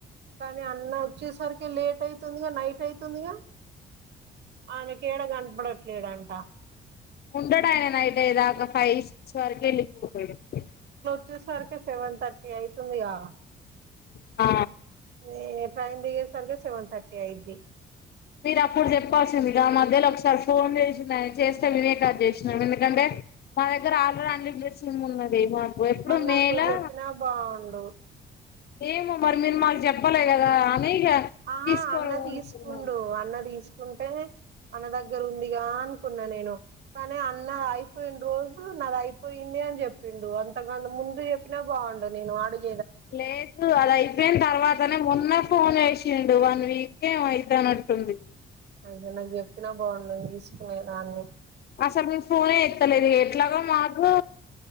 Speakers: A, on the right (about 60°); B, on the left (about 55°).
A: కాని, అన్నా వచ్చే సర్కీ. లేట్ అయితుంది గా, నైట్ అయితుంది గా. ఆయనకు, ఏడా కనపడట్లేదంట.
B: ఉండడు, ఆయన నైట్ అయ్యేదాకా ఫైవ్ సిక్స్ వరకే వెళ్లి. పోతలేదు <unintelligible> టే.
A: చ్చేసరికే, సెవెన్ థర్టీ అయితుంది గా!
B: ఆ.
A: ఏ, ట్రైన్ దిగేస? సర్గే, సెవెన్ థర్టీ అయ్యేది!
B: మీరు అప్పుడు చెప్పాల్సింది గా, ఆ మధ్యలో ఒకసారి, ఫోన్ జేశినా. చేస్తే, నేనే కట్ జేశ్నా. ఎందుకంటే మా దగ్గర, ఆల్రెడీ అన్‌లిమి. పిలిచింది మొన్న మే <unintelligible> మర్పు, ఇప్పుడు
A: మరి నాకు
B: మేలా?
A: నువ్వు చెప్పినా బాగుండు
B: ఏమో మరి, మీరు మాకు జాప్పలే కదా. అని ఇగ
A: ఆహా
B: తీసుకోరు
A: అన్నా, తీస్కుండు
B: అనుకున్నాను
A: అన్నా, తీస్క్. ఉంటే, అన్న దగ్గర ఉందిగా అనుకున్నా నేను. కానీ అన్న అయిపోయిండ రోజు, నాది అయిపోయింది అని జెప్పిండు. అంతకన్నా ముందు జెప్పినా, బాగుండు. నేను అడిగి.
B: లేదు, అది అయిపోయిన తర్వాతనే మొన్న. ఫోన్ యేశిండు, వన్ వీక్ ఏమో, అయితనట్టుఉంది.
A: అయితే నాకు చెప్పిన బాగుండు, నేను తీస్కునేదాన్ని.
B: అసలు మీమ్స్ <unintelligible> ఫోనే ఎత్తలేదు. ఎట్లాగో మాకు